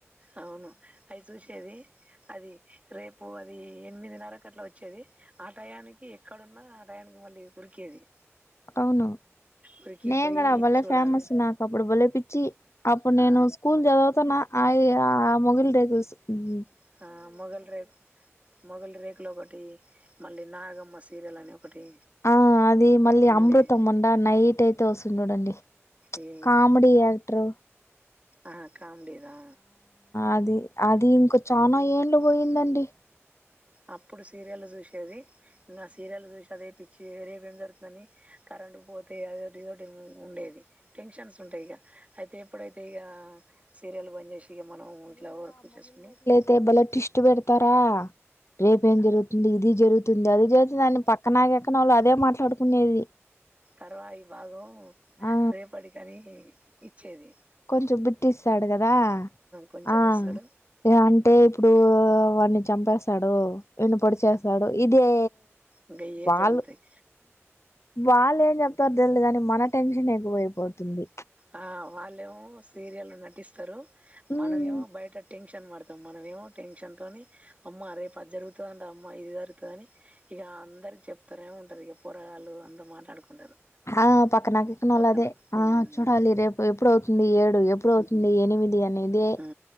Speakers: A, on the right; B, on the left.
A: అవును అవి చూసేది అది రేపు అది ఎనిమిదిన్నర కట్ల వచ్చేది ఆ టయానికి ఎక్కడున్నా ఆ టయానికి మళ్ళీ ఉరికేది
B: అవును
A: ఉరికి
B: నేంగూడా
A: పోయి
B: భలే
A: చూడాలి
B: ఫేమస్ నా అప్పుడు బలేపిచ్చి అప్పుడు నేను
A: ఆ
B: స్కూల్ చదవుతన్నా అయ్యా ఆ మొగిల్ రేకుల్స్ ఉమ్
A: హా మొగల్ రేక్ మొగలి రేకులు ఒకటి మళ్ళీ నాగమ్మ సీరియల్ అని ఒకటి
B: ఆ అది మళ్ళీ
A: ఉండే
B: అమృతం ఉండా, నైట్ అయితే వస్తుంది చూడండి.
A: ఈ
B: కామెడీ యాక్టరు
A: ఆ, కామెడీదా
B: అది అది ఇంక చానా ఏండ్లు పోయిందండి.
A: అప్పుడు సీరియల్లు చూసేది, ఇంకా సీరియల్ చూసి అదే పిచ్చి, రేపు ఏం జరుగుతుందని కరెంటుపోతే అదోటి, ఇదోటి ఉండేది. టెన్షన్స్ ఉంటాయి ఇక, అయితే ఎప్పుడైతే ఇక సీరియల్లు బంద్ చేసిన ఇగ మనం ఇట్లా వర్క్ చేసుకుని
B: తే, భలే ట్విస్ట్ పెడతారా రేపేం జరుగుతుంది, ఇది జరుగుతుంది, అది జరుగుతుంది అని పక్కన గిక్కన వాళ్ళు అదే మాట్లాడుకునేది.
A: తరవాయి భాగం
B: ఆ
A: రేపటికి అని ఇచ్చేది.
B: కొంచెం బిట్టు ఇస్తాడు కదా,
A: కొంచెం
B: ఆ
A: ఇస్తాడు
B: ఏ అంటే ఇప్పుడు వాడిని చంపేస్తాడు ఈడిని పొడిచేస్తాడు, ఇదే
A: ఇంకా ఇవే
B: వాళ్ళు,
A: జరుగుతాయి
B: వాళ్ళు ఏం చెప్తారు తెల్దు గాని మన టెన్షన్ ఎక్కువైపోతుంది.
A: ఆ వాళ్ళేమో సీరియల్లో నటిస్తారు,
B: ఉమ్
A: మనమేమో బయట టెన్షన్ పడత తం మనమేమో టెన్షన్ తోని, అమ్మా రేపు అది జరుగుతదంట అమ్మ ఇది జరుగుతదని ఇక అందరికి చెప్తనే ఉంటరు, ఇక పోరగాళ్లు అంతా మాట్లాడుకుంటారు.
B: ఆ పక్కనగిక్కనోళ్ళు
A: పక్కన.
B: అదే,
A: హ్మ్.
B: ఆ చూడాలి రేపు ఎప్పుడవుతుంది ఏ డు ఎప్పుడవుతుంది ఎనిమిది అని ఇదే
A: ఊ